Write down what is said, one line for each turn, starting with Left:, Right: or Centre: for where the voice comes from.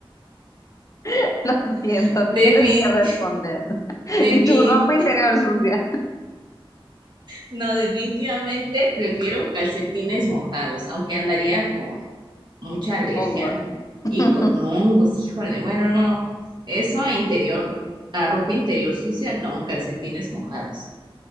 Left: <laughs> Lo siento,
Right: <laughs>
Left: tienes que responder. <laughs>
Right: Defin-
Left: Y tu ropa interior sucia.
Right: No, definitivamente prefiero calcetines mojados, aunque andaría con mucha alergia
Left: Hongos. <laughs>
Right: y con hongos, híjole, bueno, no, eso a interior, a ropa interior sucia, no, calcetines mojados.